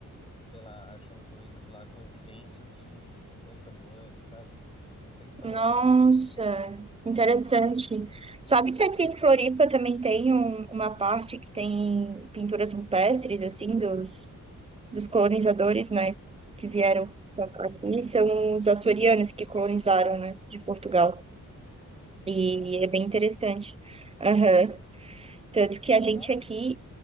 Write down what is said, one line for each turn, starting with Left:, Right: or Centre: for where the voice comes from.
Left: Sei lá, acham coisas lá com evidências de cinquenta mil anos, sabe? De um tempão
Right: Nossa,
Left: atrás, assim.
Right: interessante. Sabe que aqui em Floripa também tem um- uma parte que tem pinturas rupestres, assim, dos, dos colonizadores, né, que vieram pra- pra aqui. São os açorianos que colonizaram, né, de Portugal. E
Left: Nossa, eu não
Right: é bem
Left: sabia.
Right: interessante. Aham. Tanto que
Left: Que
Right: a
Left: legal.
Right: gente aqui